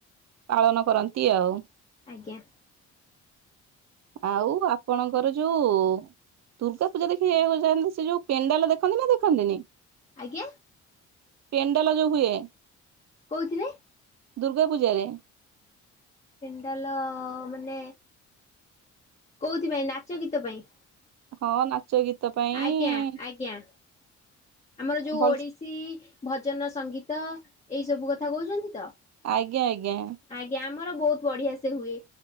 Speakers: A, on the right (about 60°); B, on the left (about 20°).
A: ପାଳନ କରନ୍ତି ଆଉ।
B: ଆଜ୍ଞା।
A: ଆଉ ଆପଣଙ୍କର ଯୋଉ ଦୁର୍ଗା ପୂଜା ଦେଖିବାକୁ ଯାଆନ୍ତି ସେ ଯୋଉ ପେଣ୍ଡାଲ ଦେଖନ୍ତି ନା ଦେଖନ୍ତିନି?
B: ଆଜ୍ଞା।
A: ପେଣ୍ଡାଲ ଯୋଉ ହୁଏ।
B: କୋଉଥିରେ?
A: ଦୁର୍ଗା ପୂଜାରେ।
B: ପେଣ୍ଡାଲ ମାନେ କୋଉଥିପାଇଁ ନାଚ ଗୀତ ପାଇଁ?
A: ହଁ ନାଚ ଗୀତ ପାଇଁ।
B: ଆଜ୍ଞା ଆଜ୍ଞା। ଆମର ଯୋଉ
A: ଭଲ
B: ଓଡ଼ିଶୀ ଭଜନ ସଙ୍ଗୀତ ଏଇ ସବୁ କଥା କହୁଛନ୍ତି ତ?
A: ଆଜ୍ଞା ଆଜ୍ଞା।
B: ଆଜ୍ଞା ଆମର ବହୁତ୍ ବଢିଆ ସେ ହୁଏ।